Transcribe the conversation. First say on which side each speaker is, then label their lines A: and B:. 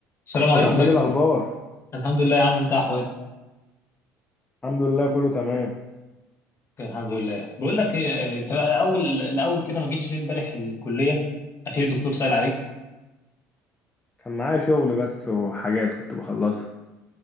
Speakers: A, on the left; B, on the left.
A: السلام عليكم
B: عبد الرحمن
A: ازيك
B: الأخبار
A: يا أسطى؟ الحمد لله يا عم انت احوالك
B: الحمد لله كله تمام
A: الحمد لله بقول لك ايه اه، انت الاول الاول كده ما جيتش ليه امبارح الكليه عشان الدكتور سأل عليك
B: كان معايا شغل بس وحاجات كنت بخلصها